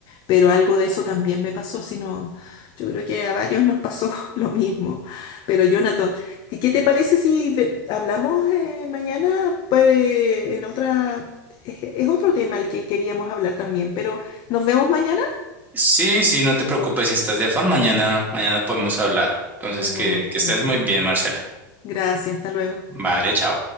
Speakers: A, on the left (about 45°); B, on the right (about 15°).
A: pero algo de eso también me pasó, sino yo creo que a varios nos pasó <laughs> lo mismo. Pero Jonathan, ¿qué qué te parece si ve- hablamos eh, mañana? Pues en otra, es, es otro tema el que queríamos hablar también, pero nos vemos mañana.
B: Sí, sí, no te preocupes si estás de afán. Mañana, mañana podemos hablar. Entonces,
A: Muchas
B: que, que estés muy
A: gracias.
B: bien, Marcela.
A: Gracias, hasta luego.
B: Vale, chao.